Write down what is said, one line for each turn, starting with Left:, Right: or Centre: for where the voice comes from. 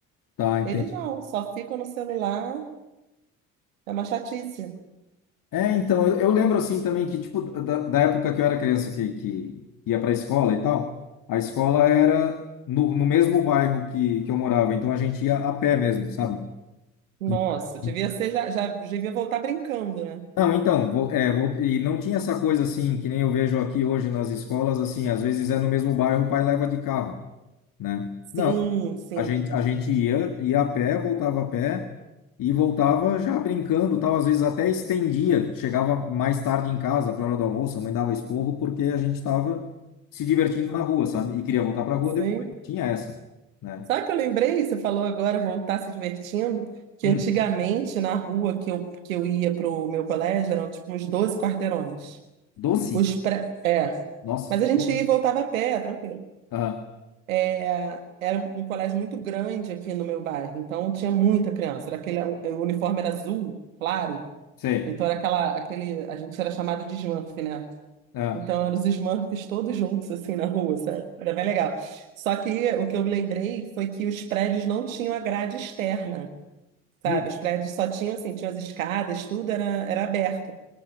Left: tá, entendi.
Right: Eles não, só ficam no celular, é uma chatice.
Left: É, então, eu, eu lembro assim também que, tipo, da, da época que eu era criança que, que ia pra escola e tal, a escola era no, no mesmo bairro que, que eu morava, então a gente ia a pé mesmo, sabe?
Right: Nossa,
Left: E-
Right: devia
Left: e-
Right: ser, já, já devia voltar brincando, né?
Left: Não, então, vou, é, vou, e não tinha essa coisa assim, que nem eu vejo aqui hoje nas escolas, assim, às vezes é no mesmo bairro, o pai leva de carro, né?
Right: Sim,
Left: Não.
Right: sim.
Left: A gente, a gente ia, ia a pé, voltava a pé e voltava já brincando, tal, às vezes até estendia, chegava mais tarde em casa para hora do almoço, a mãe dava esporro porque a gente estava se divertindo na rua, sabe? E queria voltar para rua
Right: Sim,
Left: depois, tinha essa, né?
Right: Sabe o que eu lembrei? Você falou agora voltar se divertindo, que
Left: Hum,
Right: antigamente na rua que eu, que eu ia para o meu colégio eram tipo uns 12 quarteirões.
Left: doce?
Right: Os pré... É.
Left: Nossa,
Right: Mas a
Left: é
Right: gente
Left: bom,
Right: ia
Left: né?
Right: e voltava a pé, tranquilo.
Left: Aham,
Right: É, era um colégio muito grande aqui no meu bairro, então tinha muita criança. Era aquele, o uniforme era azul, claro.
Left: sei.
Right: Então era aquela, aquele, a gente era chamado de Smurf, né?
Left: Aham,
Right: Então, eram os Smurfs todos juntos, assim, na rua, sabe? Era bem legal. Só que o que eu me lembrei foi que os prédios não tinham a grade externa, sabe?
Left: hum,
Right: Os prédios só tinham, assim, tinham as escadas, tudo era, era aberto.